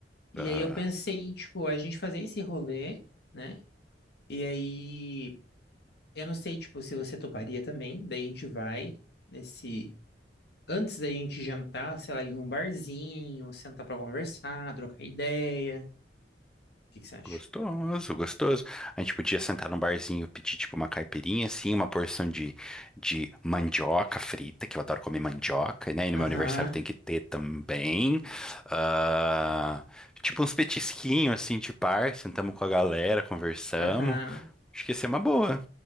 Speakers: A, on the left (about 65°); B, in the centre.
A: E
B: Ah,
A: aí eu pensei, em, tipo, a gente fazer esse rolê. né? E aí, eu não sei, tipo, se você toparia também. Daí a gente vai nesse. Antes da gente jantar, sei lá, em um barzinho, sentar pra conversar, trocar ideia. O que que você acha?
B: gostoso, gostoso. A gente podia sentar num barzinho, pedir tipo uma caipirinha, assim, uma porção de, de mandioca frita, que eu adoro comer mandioca, né? E no
A: Aham,
B: meu aniversário tem que ter também. Ah, tipo uns petisquinhos, assim, de bar, sentamos com a galera, conversamos.
A: aham.
B: Acho que ia ser uma boa.